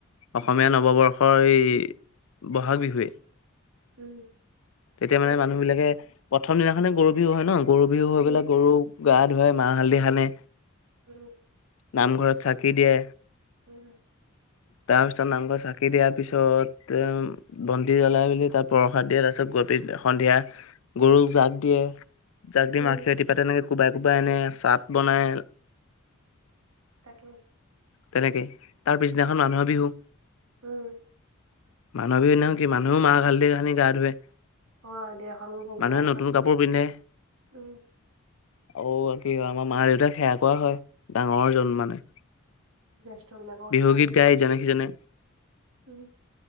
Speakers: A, on the left (about 65°); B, on the right (about 90°).
A: অসমীয়া নৱবৰ্ষৰ এই বহাগ বিহু।
B: উম
A: এতিয়া
B: সেইটোৱে
A: মানে মানুহ বিলাকে প্ৰথম দিনাখনে গৰু বিহু হয় ন'। গৰু বিহু হৈ
B: উম
A: পেলাই গৰুক গা ধুৱাই মাহ হালধি খানে।
B: উম',
A: নামঘৰত চাকি দিয়ে।
B: উম',
A: তাৰ পিছত নামঘৰত চাকি দিয়াৰ পিছত, উ বন্তি জ্বলাই মেলি তাত প্ৰসাদ দিয়ে তাৰপিছত, সন্ধিয়া গৰুক জাগ দিয়ে, জাক দি
B: উম
A: মাখিয়তি পাত তেনেকে কোবাই কোবাই আনে, চাট বনাই
B: তাকেই।
A: তেনেকেই, তাৰ পিছদিনাখন মানুহৰ বিহু।
B: উম,
A: মানুহ বিহুৰ দিনাখন কি, মানুহও মাহ হালধি সানি গা ধুৱে।
B: অ', তিয়াখন হেৰি
A: মানুহে
B: কৰা,
A: নতুন কাপোৰ পিন্ধে
B: উম',।
A: আৰু কি হয় আমাৰ মা-দেউতাক সেয়া কৰোৱা হয়, ডাঙৰ
B: উম,
A: জন মানে।
B: জ্যেষ্ঠ বিলাকক
A: বিহু
B: আশীৰ্বাদ
A: গীত গাই
B: দিয়ে।
A: ইজনে সিজনে
B: উম',।